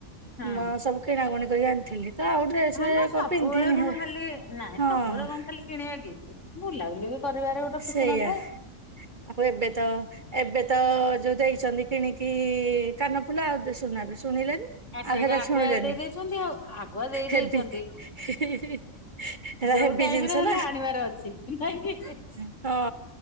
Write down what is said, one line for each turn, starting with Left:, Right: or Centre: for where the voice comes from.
Left: ହଁ।
Right: ମ ସବୁ କିଣାକୁଣି କରି ଆଣିଥିଲି ତ ଆଉ ଡ୍ରେସ
Left: ହଁ ମ ସବୁବେଳେ
Right: କଣ ପିନ୍ଧିନି
Left: କଣ
Right: ହେରା
Left: ଖାଲି ନାଇଁ
Right: ହଁ
Left: ସବୁବେଳେ କଣ ଖାଲି କିଣିବା କି ବୁଲାବୁଲି ବି କରିବାରେ ଗୋଟେ ଖୁସି
Right: ସେଇଆ
Left: ନଥାଏ
Right: ଆଉ ଏବେ ତ ଏବେ ତ ଯୋଉ ଦେଇଛନ୍ତି କିଣିକି କାନଫୁଲ ଆଉ ଶୁନାଟେ ଶୁଣିଲେନି
Left: ଆ ସେଇଟା
Right: ଆଗ ତା
Left: ଆଗୁଆ
Right: ଶୁଣିଲନି
Left: ଦେଇ ଦେଇଛନ୍ତି ଆଉ ଆଗୁଆ ଦେଇ ଦେଇଛନ୍ତି।
Right: ହେବି ହୀ ହି ହି ହେରା
Left: ଯୋଉ
Right: ହେବି
Left: ଟାଇମ
Right: ଜିନଷ
Left: ରେ ହେଲେ
Right: ନା
Left: ଆଣିବାର ଅଛି ନାଇଁ କି?
Right: ହ